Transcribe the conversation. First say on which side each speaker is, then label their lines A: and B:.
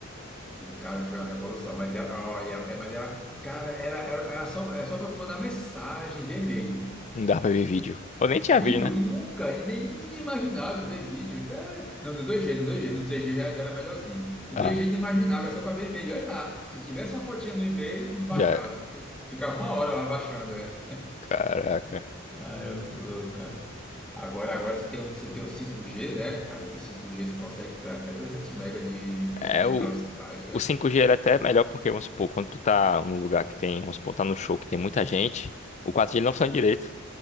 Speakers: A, in the centre; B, on the left.
A: E, cara, foi uma revolução. Mas, era, ó, é, é- mas era. Cara, era, era, era só, era só para tu mandar mensagem, ver e-mail.
B: não dá pra ver vídeo. Ou nem tinha
A: Vídeo
B: vídeo, né?
A: e nunca, e nem inimaginável ver vídeo. Até... Não, no dois g no dois g no três g já, já era melhorzinho. No
B: Ah,
A: dois g inimaginável, era só para ver e-mail. Olha lá, se tivesse uma fotinha no e-mail, não baixava.
B: já
A: Fi- Ficava uma hora lá baixando, é.
B: Caraca.
A: Ah, é muito louco, cara. Agora, agora você tem, o- você tem o cinco g né, cara? Que o cinco g você consegue ter até 300 mega de, de,
B: É,
A: de
B: o,
A: velocidade, é.
B: o cinco g era até melhor porque, vamos supor, quando tu tá num lugar que tem, vamos supor, tá no show que tem muita gente, o quatro g ele não funciona direito.